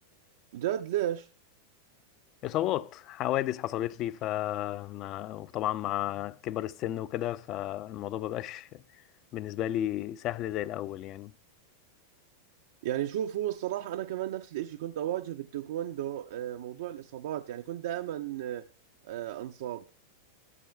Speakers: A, on the right (about 55°); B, on the left (about 35°).
A: جد ليش؟
B: إصابات حوادث حصلت لي ف ما- وطبعا مع كبر السن وكده فالموضوع مبقاش بالنسبة لي سهل زي الأول يعني
A: يعني شوف هو الصراحة أنا كمان نفس الإشي كنت أواجه بالتايكوندو آه، موضوع الإصابات يعني كنت دائما آه، آه، أنصاب